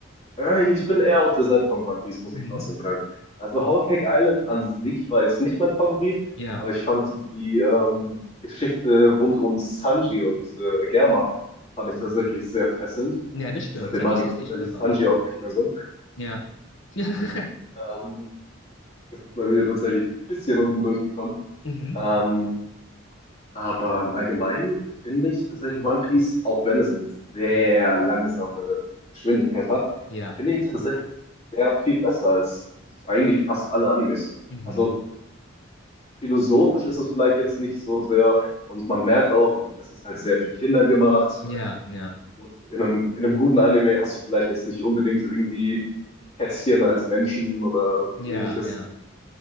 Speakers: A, on the left; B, on the left.
A: äh, ich bin eher auf der Seite von One Piece, muss
B: Mhm.
A: ich trotzdem sagen. Also Whole Cake Island an sich war jetzt nicht mein Favorit,
B: Ja,
A: aber ich fand die ähm, Geschichte rund um Sanji und äh, Germa fand ich tatsächlich sehr fesselnd.
B: ja, das stimmt.
A: Seitdem
B: Sanjis
A: mag ich
B: Gesicht,
A: tatsächlich
B: der
A: Sanji
B: war echt gut.
A: auch nicht mehr so.
B: Ja. <laughs>
A: Ähm, das ist bei mir tatsächlich ein bisschen unten durchgekommen.
B: Mhm.
A: Ähm, Aber im Allgemeinen finde ich tatsächlich One Piece, auch wenn es eine sehr langsame Geschwindigkeit hat,
B: Ja.
A: finde ich tatsächlich sehr viel besser als eigentlich fast alle Animes.
B: Mhm.
A: Also philosophisch ist es vielleicht jetzt nicht so sehr und man merkt auch, es ist halt sehr für Kinder gemacht,
B: Ja,
A: weil
B: ja.
A: gut, in einem, in einem guten Anime hast du vielleicht jetzt nicht unbedingt irgendwie Kätzchen als Menschen oder
B: Ja,
A: ähnliches.
B: ja.